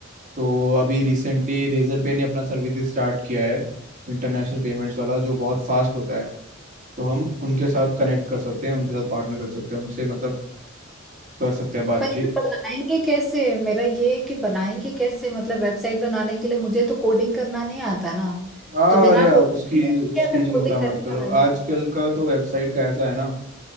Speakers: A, on the right (about 40°); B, in the centre.
A: तो अभी रिसेंटली रेजर पे ने अपना सर्विस स्टार्ट किया है इंटरनेशनल पेमेंट्स वाला जो बहुत फास्ट होता है तो हम उनके साथ कनेक्ट कर सकते हैं उनके साथ पार्टनर कर सकते हैं उनसे मतलब कर सकते हैं बातचीत
B: पर ये बनाएंगे कैसे मेरा ये है कि बनाएंगे कैसे मतलब वेबसाइट बनाने के लिए मुझे तो कोडिंग करना नहीं आता ना
A: हाँ
B: तो बिना
A: अरे आप
B: कोडिंग
A: उसकी उसकी
B: कैसे
A: चिंता
B: कोडिंग
A: मत
B: करके
A: करो
B: बनाएंगे
A: आजकल का तो वेबसाइट का ऐसा है ना